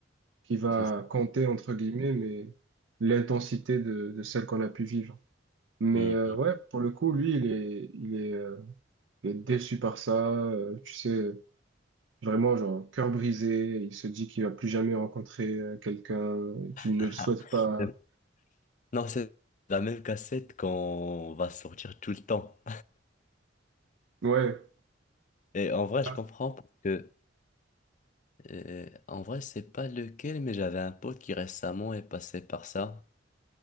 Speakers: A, on the right; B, on the left.
A: qui va
B: C'est ça.
A: compter entre guillemets, mais l'intensité de, de celle qu'on a pu vivre. Mais
B: Mhm.
A: euh, ouais, pour le coup, lui, il est il est euh, Il est déçu par ça, euh, tu sais, vraiment, genre, cœur brisé. Il se dit qu'il va plus jamais rencontrer euh, quelqu'un qu'il ne
B: <laughs>
A: le souhaite pas.
B: Non, c'est la même cassette qu'on va sortir tout le temps.
A: Ouais.
B: Et en vrai,
A: Ah.
B: je comprends parce que, euh, en vrai, c'est pas lequel, mais j'avais un pote qui récemment est passé par ça.